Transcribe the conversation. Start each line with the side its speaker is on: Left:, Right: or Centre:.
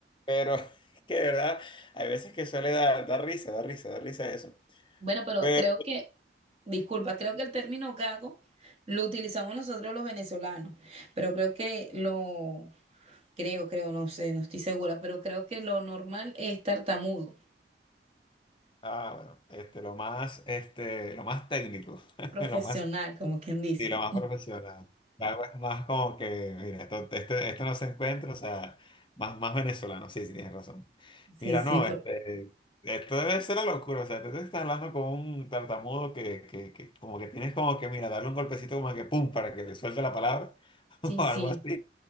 Left: pero <laughs> es que de verdad, hay veces que suele dar, dar risa, dar risa, dar risa eso.
Right: Bueno, pero
Left: Pero,
Right: creo que, disculpa, creo que el término gago lo utilizamos nosotros los venezolanos, pero creo que lo, creo, creo, no sé, no estoy segura, pero creo que lo normal es tartamudo,
Left: ah, bueno, este, lo más, este, lo más técnico, <laughs>
Right: profesional,
Left: lo más
Right: como quien dice.
Left: Y lo más profesional. La agua es más como que, mira, esto, este- esto no se encuentra, o sea, más, más venezolano, sí, sí, tienes razón.
Right: Sí,
Left: Mira,
Right: sí,
Left: no,
Right: por-
Left: este, esto debe ser la locura, o sea, tú te estás hablando con un tartamudo que, que, que como que tienes como que, mira, darle un golpecito como que pum, para que le suelte la palabra, <laughs>
Right: sí,
Left: o
Right: sí.
Left: algo así.